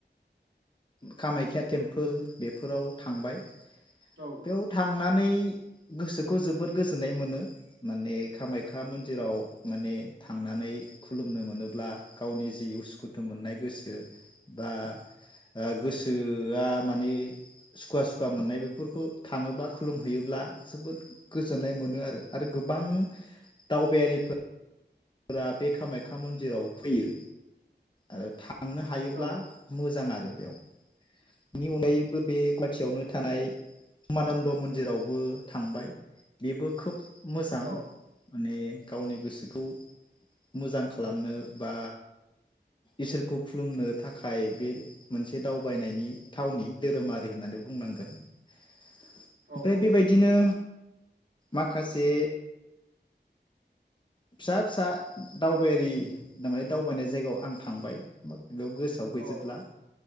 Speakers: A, on the left; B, on the right.
A: कामाख्या टेम्पोल बेफोराव थांबाय।
B: औ
A: बेयाव थांनानै गोसोखौ जोबोद गोजोननाय मोनो माने कामाख्या मन्दिराव माने थांनानै खुलुमनो मोनोब्ला गावनि जि उसुखुथु मोननाय गोसो बा ओ। गोसोआ माने सुखुवा सुखुवा मोननाय बे फोरखौ थाङोब्ला खुलुमहैयोब्ला जोबोद गोजोननाय मोनो आरो। आरो गोबां। दावबायारिफोर फोरा बे कामाख्या मन्दिराव फैयो आरो। थांनो हायोब्ला
B: औ
A: मोजां आरो। बेयाव बेनि अनगायैबो बे गुवाहाटियावनो
B: उम
A: थानाय उमानन्द मन्दिरावबो थांबाय, बेबो खोब मोजां
B: औ
A: माने। गावनि गोसोखौ मोजां खालामनो बा इसोरखौ खुलुमनो थाखाय बे मोनसे दावबायनायनि थावनि धोरोमारि होननानै बुंनांगोन। ओमफ्राय
B: औ
A: बेबायदिनो माखासे फिसा फिसा दावबायारि दावबायनाय जायगायाव आं थांबाय। बेयाव गोसोआव गैजोबला
B: औ